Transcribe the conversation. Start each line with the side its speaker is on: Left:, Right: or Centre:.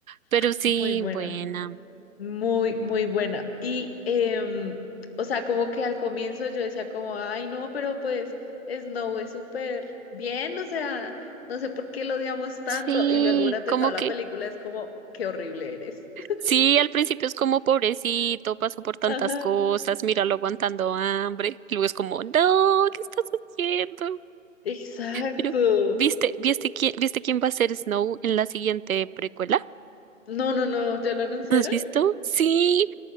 Right: Pero sí,
Left: Muy buena,
Right: buena.
Left: muy, muy buena. Y, em, o sea, como que al comienzo yo decía como, ay, no, pero pues Snow es súper bien, o sea, no sé por qué lo odiamos tanto.
Right: Sí,
Left: Y luego durante
Right: como
Left: toda la
Right: que,
Left: película es como, qué horrible eres. <laughs>
Right: sí, al principio es como pobrecito, pasó por tantas
Left: Ajá,
Right: cosas, míralo aguantando hambre. Luego es como, no, ¿qué estás haciendo?
Left: exacto.
Right: Pero, ¿viste, viste quién, viste quién va a ser Snow en la siguiente precuela?
Left: No, no, no, ¿ya lo anunciaron?
Right: ¿No has visto? Sí,